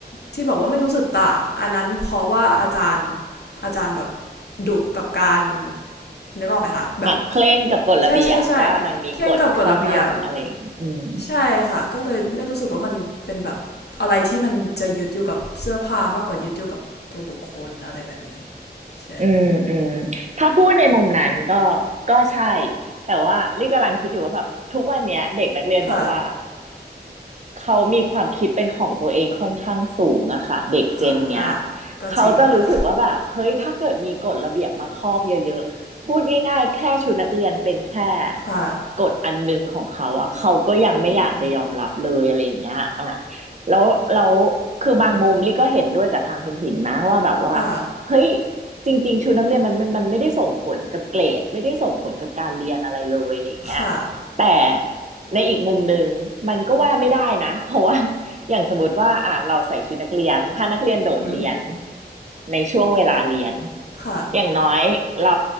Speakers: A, on the left; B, on the right.
A: ที่บอกว่าไม่รู้สึกต่างอันนั้นเพราะว่าอาจารย์อาจารย์แบบดุกับการนึกออกไหมคะแบบ
B: อาจเคร่งกับกฎระเบียบว่ามันมีกฎข้อห้ามอะไรอย่างงี้อืม
A: ใช่ใช่ใช่เคร่งกับกฎระเบียบใช่ค่ะก็เลยไม่รู้สึกว่ามันเป็นแบบอะไรที่มันจะยึดอยู่กับเสื้อผ้ามากกว่ายึดอยู่กับตัวบุคคลอะไรแบบนี้ใช่
B: อืมอืมถ้าพูดในมุมนั้นก็ก็ใช่แต่ว่าลี่กำลังคิดอยู่ว่าแบบทุกวันเนี้ยเด็กนักเรียนแบบว่า
A: ค่ะ
B: เขามีความคิดเป็นของตัวเองค่อนข้างสูงอะค่ะเด็กเจนเนี้ย
A: อ่าอ่าก็จริงค่ะ
B: เขาจะรู้สึกว่าแบบเฮ้ยถ้าเกิดมีกฎระเบียบมาครอบเยอะๆพูดง่ายๆแค่ชุดนักเรียนเป็นแค่
A: ค่ะ
B: กฎอันหนึงของเขาอะเขาก็ยังไม่อยากจะยอมรับเลยอะไรอย่างเงี้ยอ่ะ
A: อืม
B: แล้วแล้วคือบางมุมลี่ก็เห็นด้วยกับทางคุณถิงนะว่าแบบว่า
A: ค่ะ
B: เฮ้ยจริงๆชุดนักเรียนมันมันมันไม่ได้ส่งผลกับเกรดไม่ได้ส่งผลกับการเรียนอะไรเลยอะไรอย่างเงี้ย
A: ค่ะ
B: แต่ ในอีกมุมหนึ่งมันก็ว่าไม่ได้นะ <laughs> เพราะว่า <laughs> อย่างสมมติว่าอ่าเราใส่ชุดนักเรียนถ้านักเรียนโดดเรียน
A: อือหือ
B: ในช่วงเวลาเรียน
A: ค่ะ
B: อย่างน้อยเรา